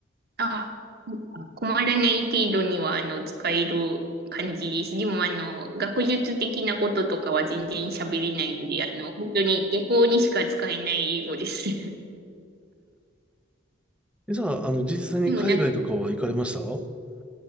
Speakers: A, on the right (about 50°); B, in the centre.
A: あ、なんか困らない程度には、あの、使える感じです。でも、あの、学術的なこととかは全然喋れないので、あの、本当に下校にしか使えない英語です。<laughs>
B: えじゃあ、あの、実際に海外とかは行かれました
A: でも、なんか、うん
B: <laughs>